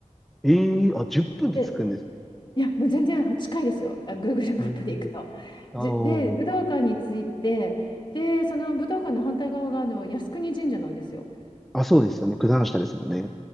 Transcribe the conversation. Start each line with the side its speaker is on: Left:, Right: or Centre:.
Centre: ええあ、10分で着くんですね。
Left: で、いや、もう全然近いですよ、あ Google マップで行くと。
Centre: ええああ、
Left: じ、で、武道館に着いて、で、その武道館の反対側が、あの、靖国神社なんですよ。
Centre: あ、そうですよね。九段下ですもんね。